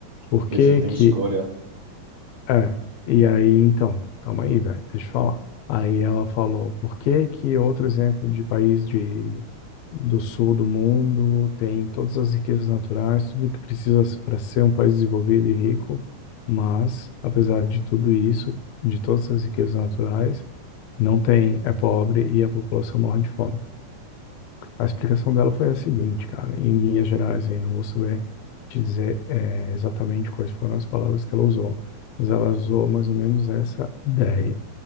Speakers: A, on the left (about 80°); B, on the right (about 50°).
A: Por
B: porque
A: que
B: eles não têm
A: que
B: escolha.
A: É, e aí, então, calma aí, velho, deixa eu falar. Aí ela falou, por que que outro exemplo de país de, do sul do mundo tem todas as riquezas naturais, tudo que precisa para ser um país desenvolvido e rico, mas, apesar de tudo isso, de todas essas riquezas naturais, não tem, é pobre e a população morre de fome. A explicação dela foi a seguinte, cara, em linhas gerais, aí não vou saber te dizer eh, exatamente quais foram as palavras que ela usou, mas ela usou mais ou menos essa ideia,